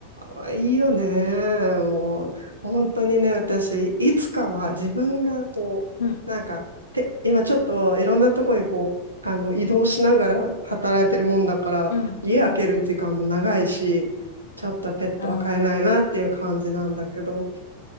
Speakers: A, on the right (about 80°); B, on the left (about 60°).
A: わいいよね。もう、本当にね、
B: う
A: 私、いつかは自分がこう、
B: ん、
A: なんか、て、今ちょっといろんなとこにこう、あの、移動しながら働いてるもんだから、
B: うん、うん、
A: 家開ける時間も長いし、ちょっとペットは飼えないなっていう感じなんだけど、
B: うん、